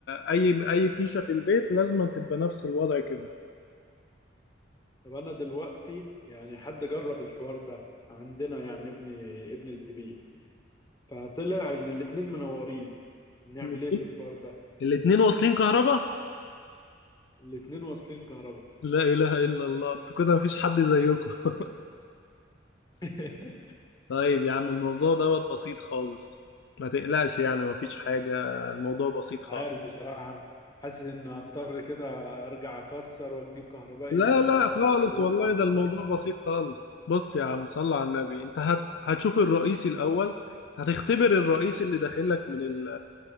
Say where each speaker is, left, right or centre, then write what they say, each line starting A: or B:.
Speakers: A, on the left; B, on the left.
A: اي اي فيشة في البيت لازم تبقى نفس الوضع كده
B: طب انا دلوقتي يعني حد جرب الحوار ده عندنا يعني ابني ابني الكبير فطلع ان الاتنين منورين نعمل
A: الاتنين
B: ايه في الحوار ده
A: الاتنين واصلين كهرباء
B: الاتنين واصلين كهرباء
A: لا اله الا الله انتوا كده مفيش حد زيكم <laughs>
B: <laughs>
A: طيب يا عم الموضوع دوت بسيط خالص ما تقلقش يعني مفيش حاجة الموضوع بسيط خالص
B: عارف بصراحة حاسس ان هضطر كده ارجع اكسر واجيب كهربائي
A: لا
B: يصلح
A: لا خالص
B: السلوك
A: والله ده
B: مش
A: الموضوع
B: عارف
A: بسيط خالص بص يا عم صل على النبي انت هت... هتشوف الرئيسي الاول هتختبر الرئيس اللي داخل لك من ال...